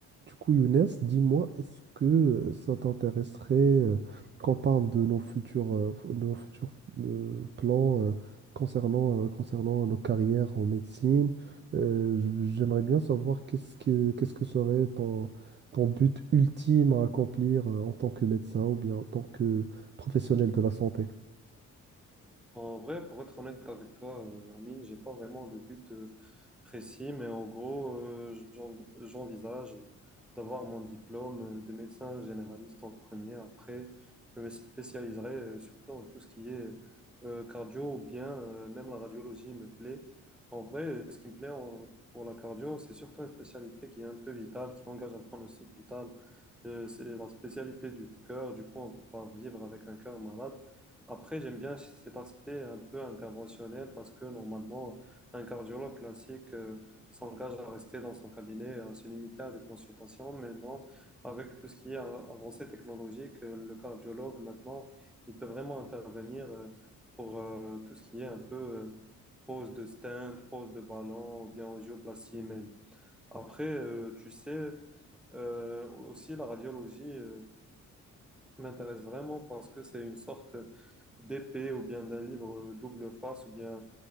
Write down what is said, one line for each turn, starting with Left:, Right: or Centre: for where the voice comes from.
Right: Du coup, Younes, dis-moi, est-ce que euh, ça t'intéresserait euh, qu'on parle de nos futurs, euh, f- de nos futurs euh, plans euh, concernant, euh, concernant nos carrières en médecine? Euh, j- j'aimerais bien savoir qu'est-ce que, qu'est-ce que serait ton, ton but ultime à accomplir euh, en tant que médecin ou bien en tant que professionnel de la santé.
Centre: En vrai, pour être honnête avec toi, euh, Amine, j'ai pas vraiment de but euh, précis, mais en gros, euh, j'en- j'envisage d'avoir mon diplôme euh, de médecin généraliste en premier. Après, je me spécialiserai euh, surtout en tout ce qui est euh, cardio ou bien euh, même la radiologie me plaît. En vrai, euh, ce qui me plaît en- pour la cardio, c'est surtout une spécialité qui est un peu vitale, qui engage un pronostic vital. Euh, c'est la spécialité du cœur. Du coup, on peut pas vivre avec un cœur malade. Après, j'aime bien cet aspect un peu interventionnel parce que normalement, un cardiologue classique euh, s'engage à rester dans son cabinet, à se limiter à des consultations. Mais non, avec tout ce qui est euh, avancée technologique, euh, le cardiologue maintenant, il peut vraiment intervenir euh, pour euh, tout ce qui est un peu euh, pose de stent, pose de ballon, ou bien angioplastie. Mais après, euh, tu sais, euh, aussi la radiologie. euh, m'intéresse vraiment parce que c'est une sorte d'épée ou bien d'un livre double face ou bien